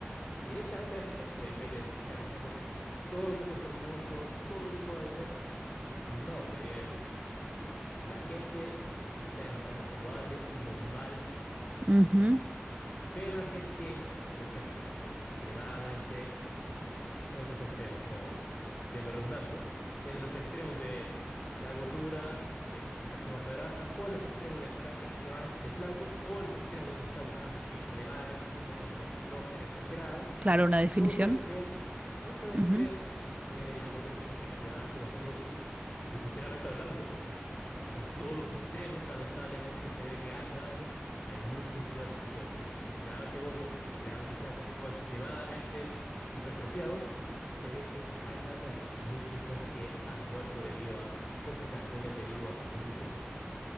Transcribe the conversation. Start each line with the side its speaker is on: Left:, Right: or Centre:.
Left: directamente a esa gente en vez de estar diciendo todo el mundo es hermoso, todo el mundo vale la pena. No, debería decir la gente que está en un rango saludable y normal
Right: Ujú.
Left: está bien. Pero la gente que, por ejemplo, está extremadamente en los extremos, como siendo redundante, en los extremos de la gordura, del porcentaje de masa grasa, o en los extremos de estar extremadamente flaco, o en los extremos donde está buscando extremadamente una hipertrofia exagerada.
Right: Claro, una definición.
Left: Todos esos extremos, todos esos extremos,
Right: Ujú.
Left: eh, yo considero que son extremadamente nocivos y, y sinceramente hablando, en todos los extremos, lamentablemente, se ve que año a año hay muchos influencers que son extremadamente gordos, extremadamente flacos o extremadamente hipertrofiados. Se ve que año a año hay muchos influencers que han muerto debido a complicaciones debido a su condición.